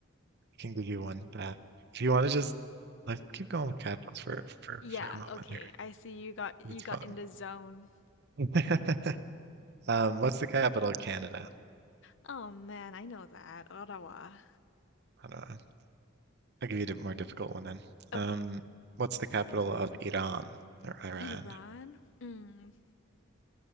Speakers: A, on the right; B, on the left.
A: can give you one back. If you want to just let's keep going with capitals for for
B: Yeah,
A: for a moment
B: okay.
A: here.
B: I see you got you
A: It's
B: got
A: fun.
B: in the zone.
A: <laughs> Um, what's the capital of Canada?
B: Oh man, I know that. Ottawa.
A: I don't know. I'll give you a di- more difficult one then.
B: Okay.
A: Um, what's the capital of Iran or Iran?
B: Iran? Mm,